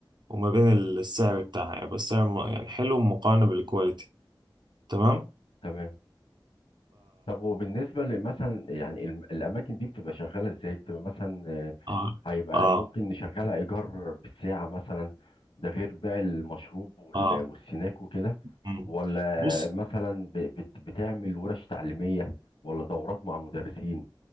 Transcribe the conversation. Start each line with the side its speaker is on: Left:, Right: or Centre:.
Right: وما بين السعر بتاعها يعني بس سعر يعني حلو مقارنة بالكواليتي تمام
Left: تمام طب وبالنسبة لمثلا يعني الم- الأماكن دي بتبقى شغالة إزاي؟ بتبقى مثلا آه،
Right: اه
Left: هيبقى
Right: اه
Left: ممكن نشغلها إيجار بالساعة مثلا ده غير بيع المشروب وال-
Right: اه
Left: والسناك وكده
Right: مم.
Left: ولا
Right: بص
Left: مثلا ب- بت- بتعمل ورش تعليمية ولا دورات مع مدرسين